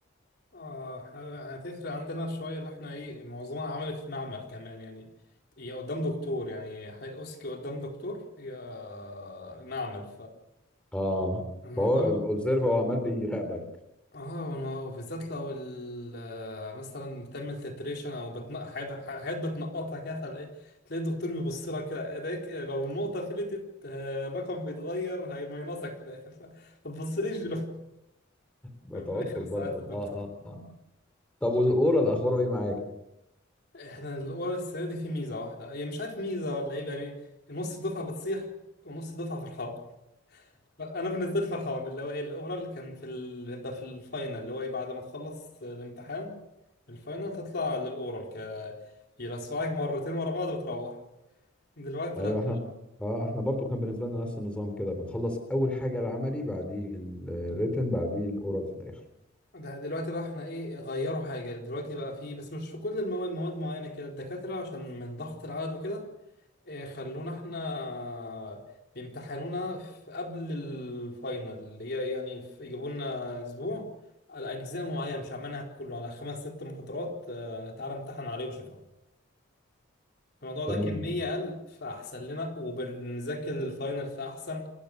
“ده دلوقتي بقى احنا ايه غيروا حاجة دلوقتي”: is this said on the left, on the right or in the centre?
Left